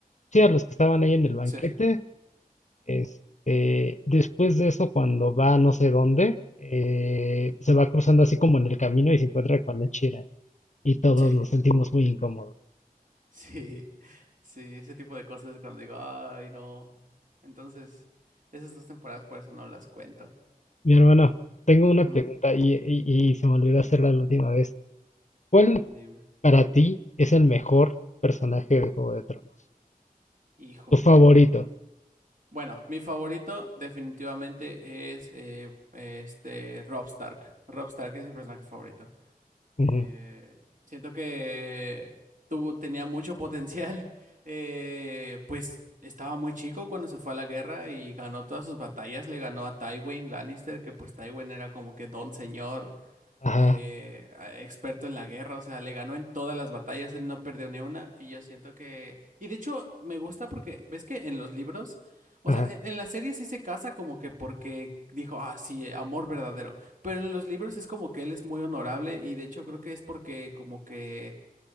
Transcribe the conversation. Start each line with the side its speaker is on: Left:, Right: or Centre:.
Left: sí, a los que estaban ahí en el banquete.
Right: Sí.
Left: Este, después de eso, cuando va a no sé dónde, eh, se va cruzando así como en el camino y se encuentra con la Chira. Y todos
Right: Sí,
Left: nos sentimos muy incómodos.
Right: <laughs> sí, sí, ese tipo de cosas es cuando digo, ay, no. Entonces, esas dos temporadas por eso no las cuento.
Left: Mi hermano, tengo una
Right: ¿Mm?
Left: pregunta y, y- y se me olvidó hacerla la última vez. ¿Cuál
Right: Dime.
Left: para ti es el mejor personaje de Juego de Tronos?
Right: Híjole.
Left: Tu favorito.
Right: Bueno, mi favorito definitivamente es eh, este Rob Stark. Rob Stark es mi personaje favorito.
Left: Ujú.
Right: Eh, siento que tuvo, tenía mucho potencial. <laughs> Eh, pues estaba muy chico cuando se fue a la guerra y ganó todas sus batallas. Le ganó a Tywin Lannister, que pues Tywin era como que don señor,
Left: Ajá,
Right: eh, a- experto en la guerra, o sea, le ganó en todas las batallas, él no perdió ni una, y yo siento que... Y de hecho, me gusta porque, ¿ves que en los libros, o
Left: ajá.
Right: sea, en, en la serie sí se casa como que porque dijo, ah, sí, eh, amor verdadero, pero en los libros es como que él es muy honorable y de hecho creo que es porque como que,